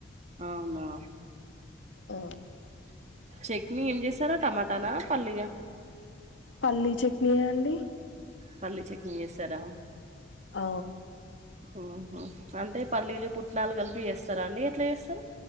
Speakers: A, on the right (about 40°); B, on the left (about 85°).
A: అవునా
B: ఆ
A: చట్నీ ఏం చేసారా టమాటానా పల్లియా
B: పల్లీ చట్నీయా అండి
A: పల్లి చట్నీ చేసారా
B: ఆ
A: ఊహూ అంటే పల్లీలు పుట్నాలు కలిపి చేస్తారా అండి ఎట్లా చేస్తారు